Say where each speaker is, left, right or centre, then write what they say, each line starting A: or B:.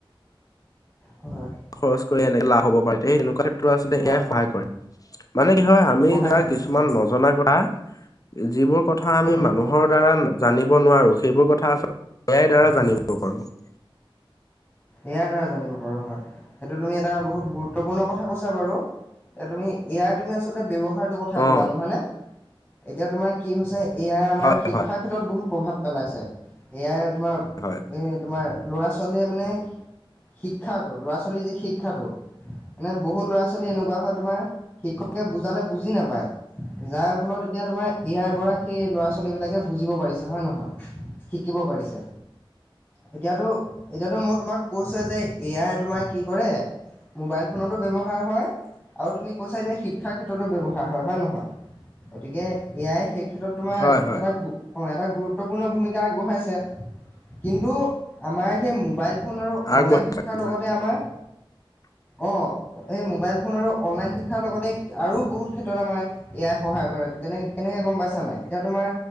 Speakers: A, on the left; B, on the left.
A: হয়। <inaudible>
B: খৰচ কৰি এনেকে লাভ হব পাৰে দে, সেনেকুৱা ক্ষেত্ৰত আচলতে
A: হয়
B: এ আই
A: হয়
B: সহায় কৰে। মানে কি হয় আমি
A: সহায়
B: ধৰা
A: কৰে
B: কিছুমান
A: সহায় কৰে
B: নজনা কথা যিবোৰ কথা আমি
A: উম
B: মানুহৰ দ্বাৰা জানিব নোৱাৰো সেইবোৰ কথা <unintelligible> এ আইৰ দ্বাৰা
A: হয়
B: জানিব <unintelligible>
A: এই আইৰ দ্বাৰা জানিব পাৰোঁ হয়, সেইটো তুমি এটা বহুত গুৰুত্বপূৰ্ণ কথা কৈছা বাৰু। এ, তুমি এ আইৰ তুমি আচলতে ব্যৱহাৰটো কথা ক'লা
B: অ
A: নহয়নে? এতিয়া তোমাৰ কি হৈছে এ আই আমাৰ
B: হয়
A: শিক্ষাৰ
B: হয়
A: ক্ষেত্ৰত বহুত প্ৰভাৱ পেলাইছে। এ আই তোমাৰ
B: হয়
A: এ, তোমাৰ ল'ৰা ছোৱালীয়ে মানে শিক্ষাটো, ল'ৰা ছোৱালীৰ যি শিক্ষাটো মানে বহুত ল'ৰা ছোৱালী এনেকুৱা হয় তোমাৰ শিক্ষকে বুজালে বুজি নাপায়। যাৰ ফলত এতিয়া তোমাৰ এ আইৰ পৰা সেই ল'ৰা ছোৱালীবিলাকে বুজিব পাৰিছে হয় নহয়? শিকিব পাৰিছে। এতিয়াতো এতিয়াতো মই তোমাক কৈছে যে এ আই তোমাৰ কি কৰে মোবাইল ফোনতো ব্যৱহাৰ হয় আৰু তুমি কৈছা এতিয়া শিক্ষাৰ ক্ষেত্ৰতো ব্যৱহাৰ হয়, হয় নহয়? গতিকে এ আই সেই ক্ষেত্ৰত তোমাৰ
B: হয় হয়
A: এটা গো অ' এটা গুৰুত্বপূৰ্ণ ভূমিকা আগবঢ়াইছে। কিন্তু আমাৰ সেই মোবাইল ফোন আৰু
B: আগবঢ়া
A: অনলাইন শিক্ষাৰ
B: আগবঢ়া
A: লগতে আমাৰ
B: <inaudible>
A: অ' এই মোবাইল ফোন আৰু অনলাইন শিক্ষাৰ লগতে আৰু বহুত ক্ষেত্ৰত আমাৰ এ আই সহায় কৰে, তেনে কেনেকে গম পাইছা নাই, এতিয়া তোমাৰ